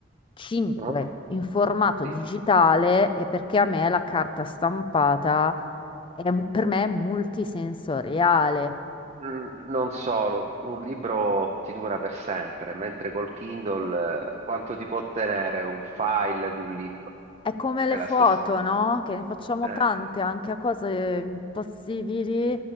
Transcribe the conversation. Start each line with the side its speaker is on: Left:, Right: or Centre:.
Left: 5
Right: Ah,
Left: in formato
Right: Sì.
Left: digitale è perché a me la carta stampata è- per me è multisensoriale.
Right: Mm, Non solo, un libro ti dura per sempre, mentre col Kindle eh, quanto ti può tenere un file di un libro?
Left: È come
Right: È
Left: le foto,
Right: la stessa.
Left: no? Che ne facciamo
Right: eh,
Left: tante anche a cose impossibili